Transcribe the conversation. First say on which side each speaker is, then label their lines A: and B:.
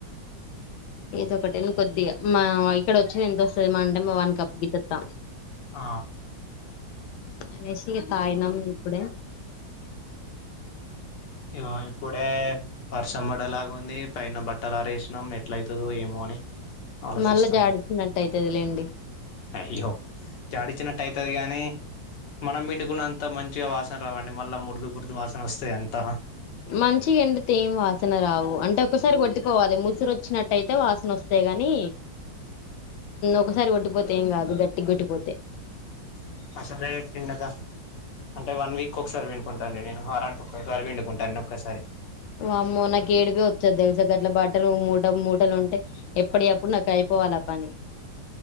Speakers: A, on the left; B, on the left.
A: ఏదో ఒకటేని కొద్దిగా మా ఇక్కడ వచ్చేది ఎంత వస్తుంది మా అంటే వన్ కప్ గితత్తా
B: ఆ
A: అనేసి ఇగ తాయినమ్ ఇప్పుడే
B: ఇగో ఇప్పుడే వర్షం పడేలగ ఉంది పైన బట్టలు ఆరేసినాం ఎట్ల అవుతుదొ ఏమో అని ఆలోచిస్తున్నాం
A: మళ్ళా జాడిచ్చినట్టు అయితది లేండి
B: అయ్యో జాడిచ్చినట్టు అయితది గాని మనం మిండుకున్న అంత మంచిగా వాసన రావండి మళ్ళా మురుదు మురుదు వాసన వస్తాయి అంత
A: మంచిగా ఎండితే ఎం వాసన రావు అంటే ఒక్కసారి కొట్టుకోవాలి ముసిరు వచ్చినటయితే వాసన వస్త వస్తేగని ఒకసారి కొట్టిపోతే ఏం కాదు గట్టిగా కొట్టిపోతే
B: <unintelligible> పిండక అంటే వన్ వీక్ ఒకసారి పుండుకుంటానండి నేను వారానికి ఒక్కసారి పుండుకుంటాన అన్ని ఒక్కసారి
A: వామ్మో నాకు ఏడిపే వత్తది తెలుసా గట్ల బట్టలు మూటకు మూటలు ఉంటే ఎప్పుటియి ఆప్పుడు నాకు అయిపోవాల ఆ పని